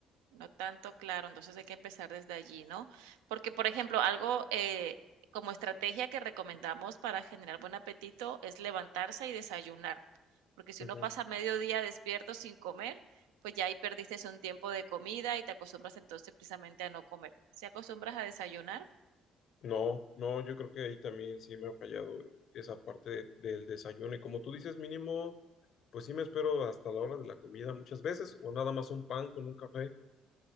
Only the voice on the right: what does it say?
No tanto, claro, entonces hay que empezar desde allí, ¿no? Porque, por ejemplo, algo eh, como estrategia que recomendamos para generar buen apetito es levantarse y desayunar, porque si
uno pasa mediodía despierto sin comer, pues ya ahí perdiste un tiempo de comida y te acostumbras entonces precisamente a no comer. ¿Se acostumbras a desayunar?